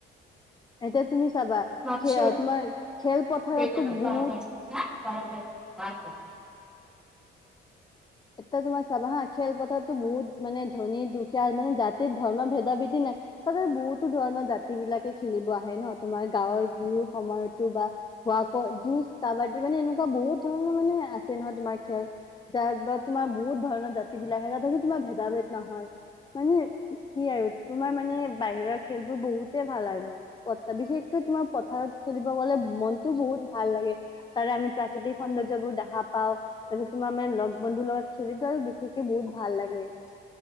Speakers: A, on the left; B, in the centre.
A: এতিয়া তুমি চাবা
B: নহয়
A: যে তোমাৰ খেলপথাৰতো
B: দেউতাই
A: বহুত
B: <unintelligible>
A: এতিয়া তোমাৰ চাবা হা খেলপথাৰতো বহুত মানে ধনী দুখীয়া মানে জাতিৰ ধৰ্ম ভেদা ভেদি নাই। তাতে বহুতো ধৰণৰ জাতি বিলাকে খেলিব আহে ন, তোমাৰ গাঁৱৰ বিহুৰ সময়ত টো বা হোৱাকৈ জু কাবাডী এনেকুৱা বহুত ধৰণৰ মানে আ ছে নহয় তোমাৰ খেল জাত বাত তোমাৰ বহুত ধৰণৰ জাতি বিলাক আহ তাতে তোমাৰ ভেদা ভেদ নহয়। মানে কি আৰু তোমাৰ মানে বাহিৰৰ খেলবোৰ বহুতে ভাল আৰু, প বিশেষকৈ তোমাৰ পথাৰত খেলিব গ'লে মনতটো বহুত ভাল লাগে। তাৰে আমি প্ৰাকৃতিক সৌন্দৰ্যবোৰ দেখা পাও, তাৰপিছত তোমাৰ মানে লগ বন্ধুৰ লগত চুৰিতদাল বিশেষকে বহুত ভাল লাগে।